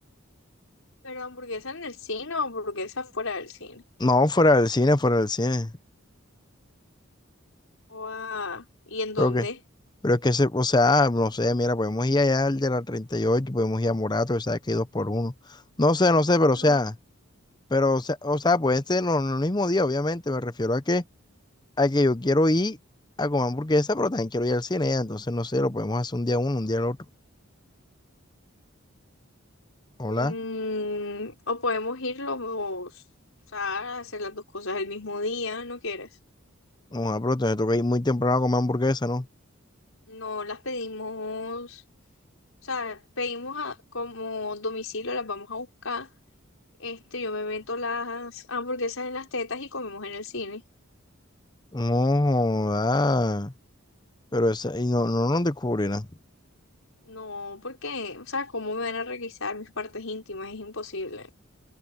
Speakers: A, on the left (about 75°); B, on the left (about 20°).
A: ¿Pero hamburguesa en el cine o hamburguesa fuera del cine?
B: No, fuera del cine, fuera del cine.
A: Guau, ¿Y en dónde?
B: Creo que, pero es que, se, o sea, no sé, mira, podemos ir allá al de la treinta y ocho podemos ir a Morato, que sabes que hay dos por uno. No sé, no sé,
A: Ajá.
B: pero o sea, pero, o sea, o sea, puede ser no, no el mismo día, obviamente, me refiero a que, a que yo quiero ir a comer hamburguesa, pero también quiero ir al cine, ya, entonces, no sé, lo podemos hacer un día uno, un día el otro. Hola,
A: Mm, o podemos ir los, o sea, hacer las dos cosas el mismo día, ¿no quieres?
B: no, ah, pero entonces toca ir muy temprano a comer hamburguesa, ¿no?
A: No las pedimos, o sea, pedimos a- como domicilio, las vamos a buscar. Este, yo me meto las hamburguesas en las tetas y comemos en el cine.
B: No, joda. Pero esa, y no, no nos descubrirán.
A: No, porque, o sea, ¿cómo me van a requisar mis partes íntimas? Es imposible.